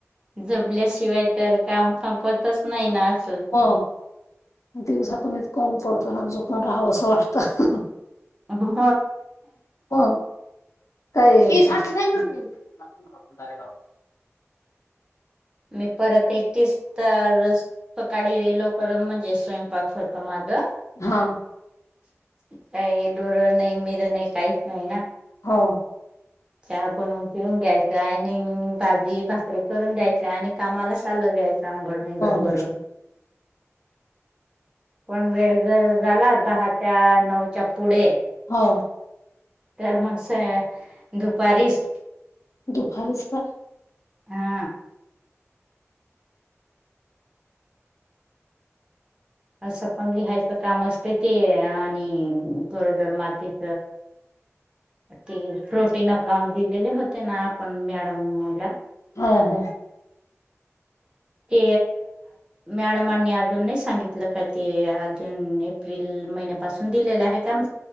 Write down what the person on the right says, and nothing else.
झोपल्याशिवाय तर काम संपतच नाही ना असं
अ हो
हो
मी परत एकटीच रस्काळी लोक पर म्हणजे स्वयंपाक होत मागं
काही डोरं नाही मिर नाही काहीच नाही ना
चहा बनून पिऊन घ्यायच्या भाजी भाासरी करून द्यायच आणि कामाला चाललं द्यायचं आघळ विंगड
करून कोण वेळ जर झाला दहाच्या नऊच्या पुढे
तर मग स दुपारीच
हा असं पण लिहायचं काम असते ते आणि गरोदर मातीच ते प्रोटीन अकाउंट दिलेले होते ना आपण मॅडमला
ते मॅडमांनी अजून नाही सांगितलं का ते अजून एप्रिल महिन्यापासून दिलेलं आहे का